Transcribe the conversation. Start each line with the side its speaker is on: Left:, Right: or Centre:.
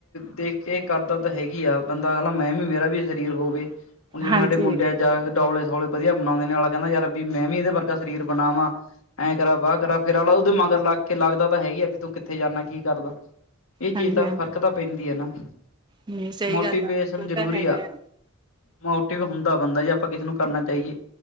Left: ਦੇਖ ਕੇ ਕਰਦਾ ਤਾਂ ਹੈਗੀ ਆ। ਬੰਦਾ ਕਦਾ ਮੈਂ ਵੀ ਮੇਰਾ ਵੀ ਸਰੀਰ ਹੋਵੇ ਹੁਣ ਜਿਵੇਂ
Right: ਹਾਂਜੀ
Left: ਸਾਡੇ ਮੁੰਡਿਆਂ ਜਾ ਕੇ ਡੋੌਲੇ ਸੋਲੇ ਵਧੀਆ ਬਣਾਉਂਦੇ ਨੇ ਨਾਲਾ ਕਹਿੰਦਾ ਯਾਰ ਵੀ ਮੈਂ ਵੀ ਇਹਦੇ ਵਰਗਾ ਸਰੀਰ ਬਣਾ ਵਾਂ। ਐਂ ਕਰਾ ਵਾਹ ਕਰ ਫੇਰ ਵਾਲਲਾ ਉਹਦੇ ਮਗਰ ਲੱਗ ਕੇ ਲੱਗ ਤਾਂ ਹੈਗੀ ਆ ਵੀ ਤੂੰ ਉੱਥੇ ਜਾਂਦਾ ਕੀ ਕਰਦਾ ਇਹ ਚੀਜ਼
Right: ਹਾਂਜੀ
Left: ਤਾਂ
Right: ਹਾਂਜੀ
Left: ਫ਼ਰਕ ਤਾਂ ਪੈਂਦੀ ਹੈ ਨਾ।
Right: ਨਹੀਂ ਸਹੀ
Left: ਮੋਟੀਵੇਸ਼ਨ
Right: ਗੱਲ ਆ
Left: ਜ਼ਰੂਰੀ
Right: ਤਾਂ ਹੈਗਾ ਆ।
Left: ਮੋਟਿਵ ਹੁੰਦਾ ਬੰਦਾ ਜ ਆਪਾਂ ਕਿਸੇ ਨੂੰ ਕਰਨਾ ਚਾਹੀਏ